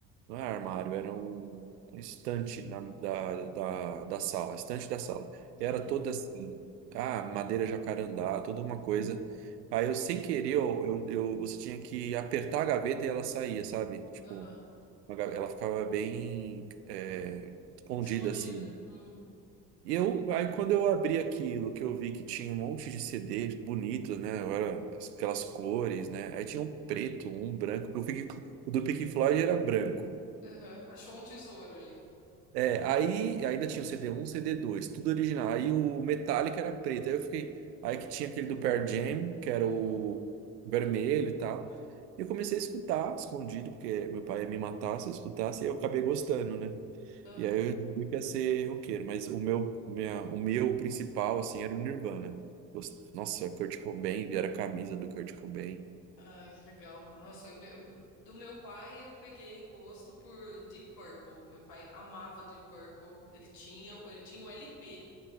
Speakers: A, on the right (about 80°); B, on the left (about 80°).
A: não é armário, era um, um estante na- da, da, da sala, estante da sala. E era
B: Sim.
A: toda assim, ah, madeira jacarandá, toda uma coisa. Aí eu, sem querer, eu, eu, eu- você tinha que apertar a gaveta e ela saía, sabe? Tipo,
B: Aham.
A: uma ga- ela ficava bem é, escondida
B: Escondida.
A: assim.
B: Hum.
A: E eu, aí quando eu abri aquilo, que eu vi que tinha um monte de CD bonito, né? Era as- aquelas cores, né? Aí tinha um preto, um branco. que Eu fiquei, o do Pink Floyd era branco
B: Aham, Achou um tesouro ali.
A: É, aí ainda tinha o CD1, cd dois, tudo original. Aí o Metallica era preto. Aí eu fiquei. Aí que tinha aquele do Pearl Jam, que era
B: Uhum.
A: o vermelho e tal. E eu comecei a escutar escondido, porque meu pai ia me matar se eu escutasse, e eu acabei gostando, né?
B: Aham.
A: E aí eu resolvi que ia ser roqueiro, mas o meu, minha, o meu principal, assim, era o Nirvana. Gost- Nossa, Kurt Cobain, era a camisa do Kurt Cobain.
B: Ai, que legal. Nossa, eu- do meu pai eu peguei o gosto por Deep Purple. Meu pai amava Deep Purple. Ele tinha, ele tinha o LP